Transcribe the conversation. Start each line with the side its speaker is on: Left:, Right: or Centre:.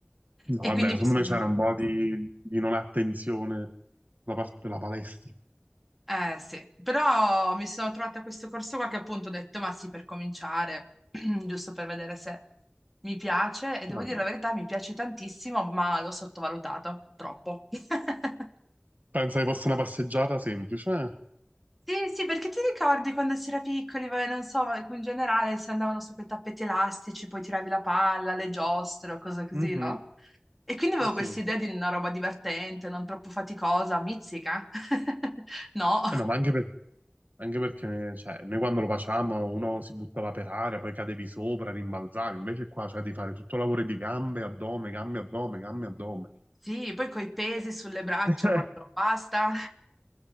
Right: No,
Centre: E
Right: vabbè,
Centre: quindi mi
Right: secondo
Centre: sono...
Right: me c'era un po' di, di non attenzione da parte della palestra.
Centre: Eh sì, però mi sono trovata a questo corso qua che appunto ho detto, ma sì, per cominciare, <clears throat> giusto per vedere se mi piace e devo
Right: Vabbè.
Centre: dire la verità, mi piace tantissimo, ma l'ho sottovalutato troppo. <laughs>
Right: Penso che fosse una passeggiata semplice. eh.
Centre: Sì, sì, perché ti ricordi quando si era piccoli, vabbè, non so, ma in generale si andavano su quei tappeti elastici, poi tiravi la palla, le giostre o cose così,
Right: Mhm,
Centre: no? E quindi avevo
Right: oh sì.
Centre: questa idea di una roba divertente, non troppo faticosa, mizzica. <laughs> No.
Right: Eh no, ma anche, per- anche perché cioè, noi quando lo facciamo uno si buttava per aria, poi cadevi sopra, rimbalzavi, invece qua cioè, devi fare tutto il lavoro di gambe, addome, gambe, addome, gambe, addome.
Centre: Sì, poi coi pesi sulle braccia
Right: Eh,
Centre: quando non basta.